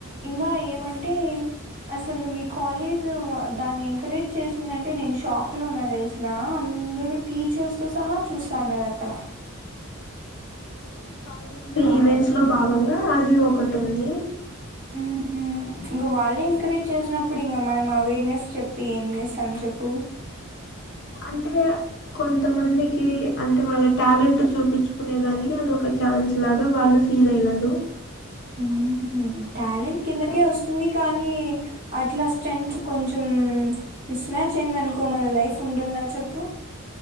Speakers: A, on the right (about 40°); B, on the left (about 55°).
A: ఇంకా ఏమంటే అసలు మీ కాలేజ్ దాన్ని ఎంకరేజ్ చేసిందంటే నేను షాక్ లోన తెలిసిన అందరు. టీచర్స్ తో సహా చూస్తాన్నారు అక్కడ.
B: అంటే కాలేజ్ లో ఈవెంట్స్ లో భాగంగా అది ఒకటి ఉంది.
A: ఉమ్ ఇ గ వల్లే ఎంకరేజ్ చేసినప్పుడు ఇంకా మనం అవేర్నెస్. చెప్పి ఏం చేస్తాం చెప్పు
B: అంటే కొంతమందికి అంటే వాళ్ళ టాలెంట్ చూపించుకునే దానికి అద ఒక ఛాన్స్ లాగా వాళ్ళు ఫీల్ అయినారు.
A: ఉమ్ టాలెంట్ కిందకే
B: కానీ
A: వస్తుంది కానీ అట్లా స్టెంట్ కొంచెం మిస్మ్యాచ్ అయింది అనుకో మన లైఫ్. ఉంటుంద చెప్